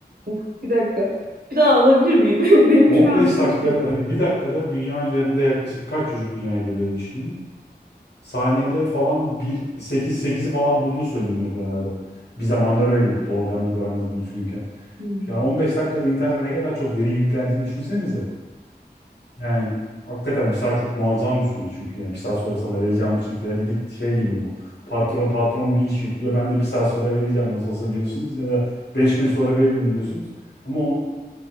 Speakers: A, on the right; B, on the left.
A: Of, Bir dakika. Bir daha alabilir miyim? <laughs> Benim
B: 15
A: şu an
B: dakikada
A: bir şey.
B: hani bir dakikada dünya üzerinde yaklaşık kaç çocuk dünyaya geliyor diye düşünelim. Saniyede falan bir 8 sekizi falan bulduğu söyleniyor genelde. Bir zamanlar öyleydi doğurganlık oranları düzgünken.
A: Hmm.
B: Ya 15 dakikada internete ne kadar çok veri yüklendiğini düşünsenize. Yani hakikaten bir saat çok muazzam bir süre çünkü yani bir saat sonra sana vereceğim bu çıktı hadi git şey gibi bu. Patron patron bir iş yüklüyor ben de bir saat sonra vereceğim nasıl olsa diyorsunuz ya da 5 gün sonra veririm diyorsunuz. Ama onu